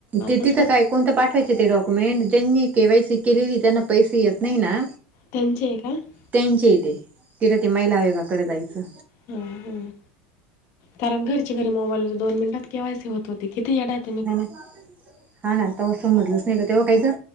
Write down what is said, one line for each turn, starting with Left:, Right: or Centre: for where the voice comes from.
Right: ते
Left: तसं
Right: तिथं काय कोणतं पाठवायचे ते डॉक्युमेंट त्यांनी केवायसी केलेली त्यांना पैसे येत नाही ना
Left: त्यांचे आहे का
Right: त्यांचे इथे तिथं ते महिला आयोगाकडे जायचं
Left: हम हम कारण घरच्या घरी मोबाईल दोन मिनटात केवायसी होत होती किती येडेत
Right: नाही नाही हा ना तवा समजलंच नाही का तेव्हा काही ग